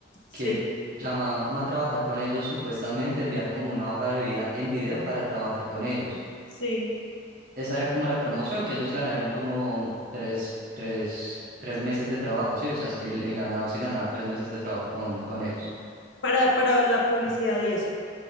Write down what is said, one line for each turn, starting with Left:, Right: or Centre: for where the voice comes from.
Left: Sí,
Right: que llamaban como a trabajar con ellos, supuestamente enviar como una hoja de vida en video para trabajar con ellos?
Left: sí.
Right: esa era como la promoción, que ellos ganaran como tres, tres, tres meses de trabajo, ¿sí? O sea, el, el ganador se ganaba tres meses de trabajo con, con ellos.
Left: Para, para la publicidad y eso.